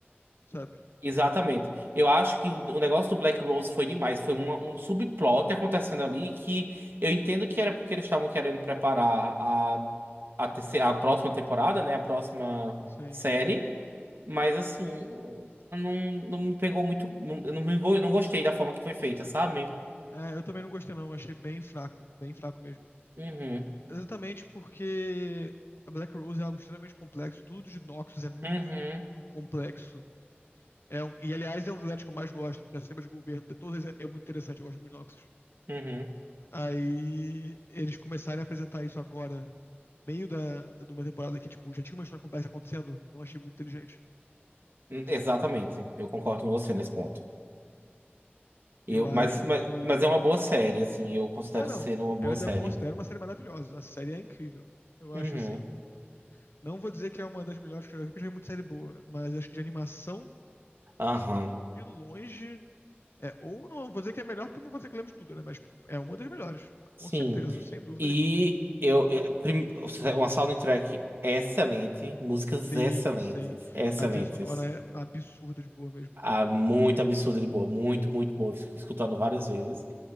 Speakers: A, on the left; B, on the right.
A: sabe?
B: Exatamente. Eu acho que o o negócio do Black Rose foi demais. Foi uma- um subplot acontecendo ali que eu entendo que era porque eles estavam querendo preparar a, a, terceira, a próxima temporada, né? A próxima
A: Sim.
B: série. Mas, assim, não, não me pegou muito. Não, eu não, me, go- não gostei da forma que foi feita, sabe?
A: É, eu também não gostei, não. Eu Achei bem fraco, bem fraco mesmo.
B: Uhum,
A: Exatamente porque a Black Rose é algo extremamente complexo. Tudo de Noxus é muito
B: uhum,
A: complexo. É, um- e, aliás, é um dos lugares que eu mais gosto, porque o sistema de governo de todas é, é muito interessante. Eu gosto muito de Noxus.
B: uhum.
A: Aí eles começarem a apresentar isso agora, meio da, de uma temporada que, tipo, já tinha uma história complexa acontecendo, não achei muito inteligente.
B: Hum, Exatamente. Eu concordo com você nesse ponto. Eu,
A: Eu acho
B: mas, mas,
A: que.
B: mas é uma boa série, assim. Eu considero
A: Ah, não.
B: ser uma boa
A: Eu ainda
B: série.
A: considero uma série maravilhosa. A série é incrível. Eu
B: Uhum.
A: acho assim. Não vou dizer que é uma das melhores que eu já vi, porque eu já vi muita série boa, mas acho que de animação,
B: Aham.
A: assim, de longe. É, ou não vou dizer que é melhor, porque eu não vou dizer que eu lembro de tudo, né? Mas tipo, é uma das melhores.
B: Sim.
A: Com certeza, sem dúvida
B: E
A: nenhuma.
B: eu, eh, prim- uma soundtrack excelente, músicas
A: Sim,
B: excelentes,
A: sim.
B: excelentes.
A: A trilha sonora é absurda de boa mesmo.
B: Ah, muito absurdo de boa, muito, muito boa. Fico escutando várias vezes.